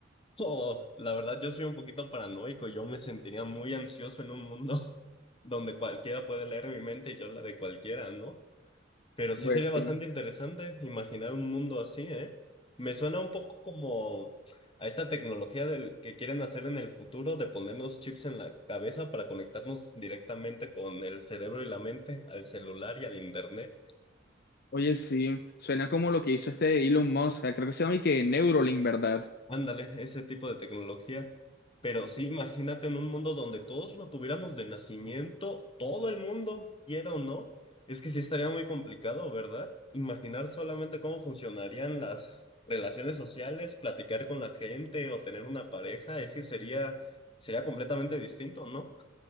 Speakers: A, on the left (about 30°); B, on the left (about 55°).
A: Oh, la verdad, yo soy un poquito paranoico. Yo me sentiría muy ansioso en un mundo <laughs> donde cualquiera puede leer mi mente y yo la de cualquiera, ¿no? Pero sí
B: Pues
A: sería bastante
B: sí.
A: interesante imaginar un mundo así, ¿eh? Me suena un poco como a esa tecnología del que quieren hacer en el futuro de ponernos chips en la cabeza para conectarnos directamente con el cerebro y la mente, al celular y al internet.
B: Oye, sí, suena como lo que hizo este Elon Musk, creo que se llama y que Neuralink, ¿verdad?
A: Ándale, ese tipo de tecnología. Pero sí, imagínate en un mundo donde todos lo tuviéramos de nacimiento, todo el mundo, quiera o no. Es que sí estaría muy complicado, ¿verdad? Imaginar solamente cómo funcionarían las relaciones sociales, platicar con la gente o tener una pareja, es que sería, sería completamente distinto, ¿no?